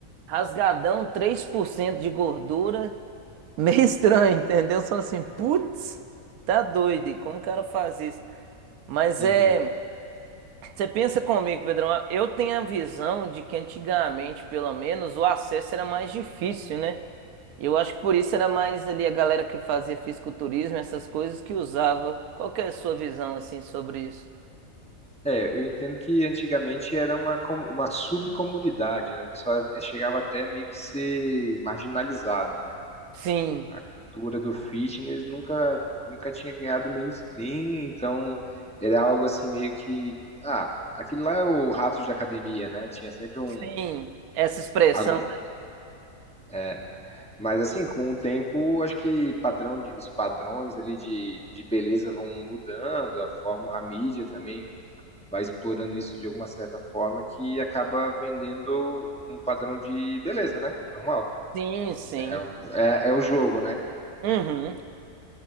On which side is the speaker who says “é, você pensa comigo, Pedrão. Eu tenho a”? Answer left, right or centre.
Right